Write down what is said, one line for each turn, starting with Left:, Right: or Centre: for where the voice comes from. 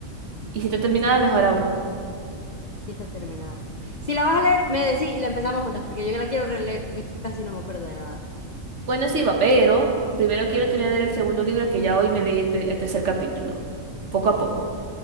Right: Y si está
Left: para
Right: terminada
Left: que sepa.
Right: mejor aún.
Left: Sí está terminada. Si la vas a leer, me decís y la empezamos juntas, porque yo la quiero releer, porque es que casi no me acuerdo de nada.
Right: Bueno, sí, va, pero primero quiero terminar de leer el segundo libro que ya hoy me leí el, pri- el tercer capítulo. Poco a poco.